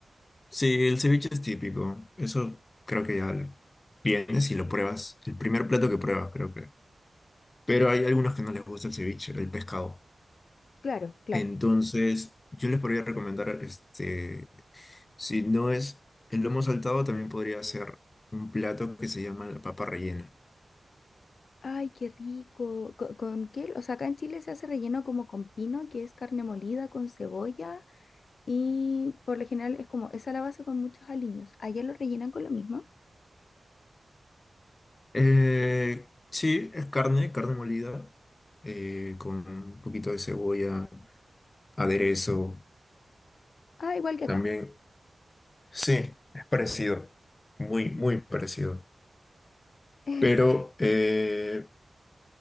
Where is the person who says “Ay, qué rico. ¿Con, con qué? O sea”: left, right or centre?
Left